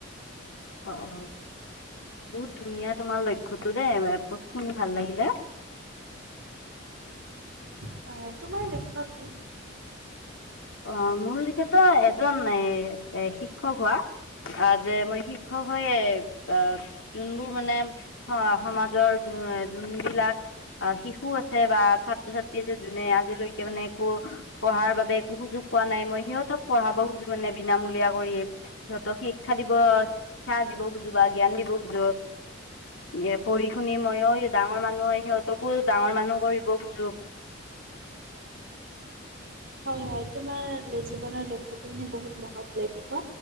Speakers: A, on the left; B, on the right.
A: অ অ বহুত ধুনীয়া তোমাৰ লক্ষ্যতো দেই শুনি ভাল লাগিলে। <inaudible>
B: হয় হয় তোমাৰ লক্ষ্য কি?
A: অ মোৰ লেখিয়াতো এজন এ শিক্ষক হোৱা অ যে মই শিক্ষক হৈয়ে অ যোনবোৰ মানে সমাজৰ যোনবিলাক অ শিশু আছে বা ছাত্ৰ-ছাত্ৰী আছে যোনে আজিলৈকে মানে একো পঢ়াৰ বাবে সুযোগ পোৱা নাই মই সিহঁতক পঢ়াব খুজো মানে বিনামূলীয়া কৰি সিহঁতক শিক্ষা দিব শিক্ষা দিব খোজো বা জ্ঞান দিব খোজো এহ, পঢ়ি শুনি ময়ো ডাঙৰ মানুহ সিহতকো ডাঙৰ মানুহ কৰিব খোজো। <inaudible>
B: হয় হয় তোমাৰ জীৱনৰ লক্ষ্যতো মানে বহুত মহৎ লক্ষ্য